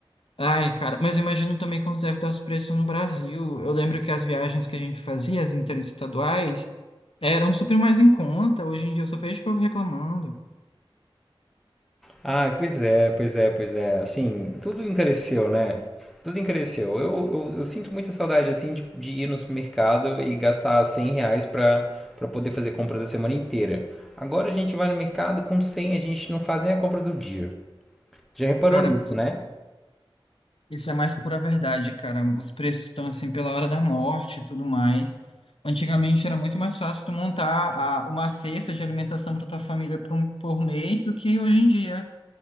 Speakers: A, on the left (about 75°); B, in the centre.
A: Ai, cara, mas eu imagino também como deve estar os preços no Brasil. Eu lembro que as viagens que a gente fazia, as interestaduais, eram super mais em conta. Hoje em dia eu só vejo o povo reclamando.
B: Ah, pois é, pois é, pois é. Assim, tudo encareceu, né? Tudo encareceu. Eu, eu, eu sinto muita saudade, assim, de, de ir no supermercado e gastar 100 reais pra, pra poder fazer compra da semana inteira. Agora a gente vai no mercado, com 100, a gente não faz nem a compra do dia. Já reparou
A: Cara,
B: nisso, né?
A: Isso é mais pura verdade, cara. Os preços estão assim pela hora da morte e tudo mais. Antigamente era muito mais fácil tu montar a- uma cesta de alimentação para tua família por, um- por mês do que hoje em dia.